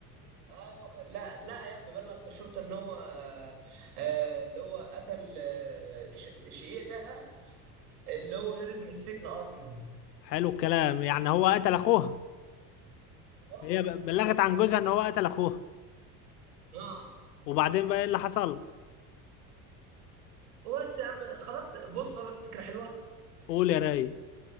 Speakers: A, on the right (about 75°); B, on the left (about 85°).
A: ايوه لا لا يا ابني بلغت الشرطه ان هو آه، اللي هو قتل آه، ش- شقيقها اللي هو هرب من السجن اصلا
B: حلو الكلام يعني هو قتل اخوها
A: اه
B: هي ب- بلغت عن جوزها ان هو قتل اخوها
A: اه
B: وبعدين بقى ايه اللي حصل
A: وبس يا عم خلاص بص اقول لك فكره حلوه
B: قول يا راي